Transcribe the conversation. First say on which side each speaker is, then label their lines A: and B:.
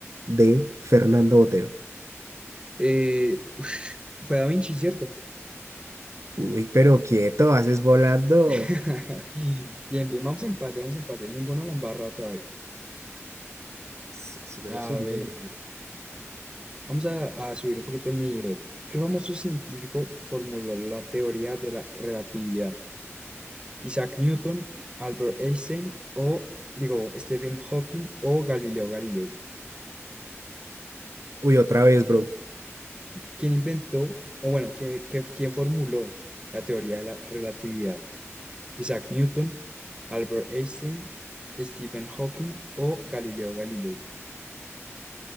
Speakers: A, on the right; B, on the right.
A: D. Fernando Botero.
B: Eh, ush, fue Da Vinci, ¿cierto?
A: Uy, pero quieto, haces volando.
B: <laughs> Bien, bien, vamos a empate, vamos a empate. Ninguno la han barrado todavía.
A: S- s-
B: A
A: eres un
B: ver,
A: duro.
B: vamos a, a subir un poquito el nivel. ¿Qué famoso científico formuló la teoría de la relatividad? Isaac Newton, Albert Einstein o, digo, Stephen Hawking o Galileo Galilei.
A: Uy, otra vez, bro.
B: ¿Quién inventó, o bueno, ¿quién, qué- quién formuló la teoría de la relatividad? ¿Isaac Newton, Albert Einstein, Stephen Hawking o Galileo Galilei?